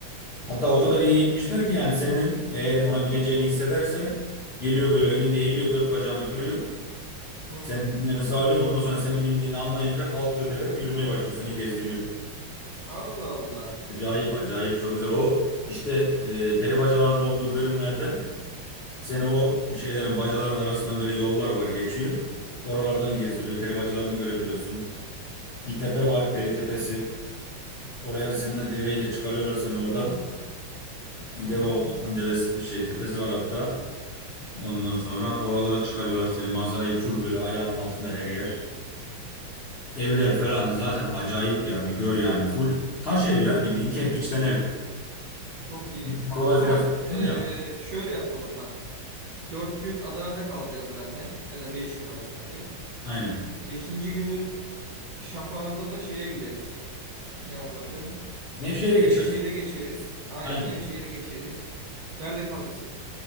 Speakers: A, on the left; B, on the right.
A: Hatta o kadar iyi eğitmişler ki yani senin eğer ona bineceğini hissederse geliyor böyle önünde eğiliyor dört bacağını kırıyor.
B: Hı.
A: Senin binmeni sağlıyor. Ondan sonra senin bindiğini anlayınca kalkıyor deve yürümeye başlıyor seni gezdiriyor.
B: Allah Allah.
A: Acayip acayip çok güzel. O işte e, peri bacalarının olduğu bölümlerde Seni o bir şeylerin bacaların arasından böyle yollar var geçiyor. Oralardan gezdiriyor. Peri bacalarını görebiliyorsun. Bir tepe var peri tepesi. Oraya seninle deveyle çıkarıyorlar seni oradan. Deva
B: Hı hı.
A: varsan devesi şey tepesi var hatta. Ondan sonra oralara çıkarıyorlar seni. Manzarayı full böyle ayağının altında her yer. Evler falan zaten acayip ya. Bir gör yani full taş ev ya bildiğin kerpiçten ev.
B: Çok iyi.
A: Bizim oralar
B: O zaman
A: biraz kısıtlı
B: eee,
A: ya.
B: şöyle yapalım bak. Dört gün Adana'da kalacağız zaten. Ya da beş gün olsun hadi.
A: Aynen.
B: Beşinci günün şafağında da şeye gideriz. Ne onun adı?
A: Nevşehir'e geçersin.
B: Nevşehir'e geçeriz. Aynen
A: Aynen.
B: Nevşehir'e geçeriz. Nerede kalacağız?